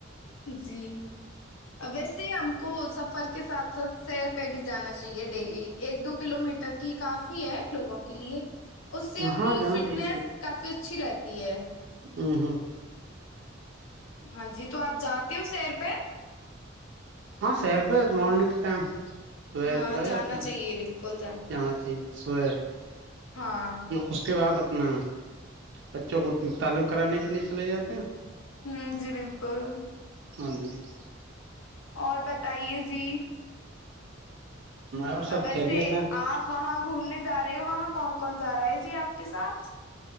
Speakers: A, on the left; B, on the right.
A: جی ویسے ہم کو سفر کے ساتھ ساتھ سیر پہ بھی جانا چاہیے ڈیلی ایک دو کلو میٹر کی کافی ہے لوگوں کے لیے اس سے اپنی
B: ہاں جانا
A: فٹنیس
B: چاہیے
A: کافی اچھی رہتی تی ہے
B: ہمم ہمم
A: ہاں جی تو آپ جاتے ہو سیر پہ
B: ہاں سر پ مورنگ کے ٹائم صبح
A: ہاں
B: چل
A: جانا
B: آپ ہ
A: چاہیے بالکل
B: جانا چاہیے سبح
A: ہاں
B: اس کے بعد اپنا بچوں کو تعلیم کرانے کے لیے چلے جاتے ہیں
A: ہوں جی بالکل
B: ہاں جی <unintelligible>
A: اور بتائیے جی
B: اور سب
A: ویسے
B: خیریت ہیں
A: آپ وہاں گھومنے ج رہے ہو وہاں کون کون جا رہا ہے جی آپ کے ساتھ <unintelligible>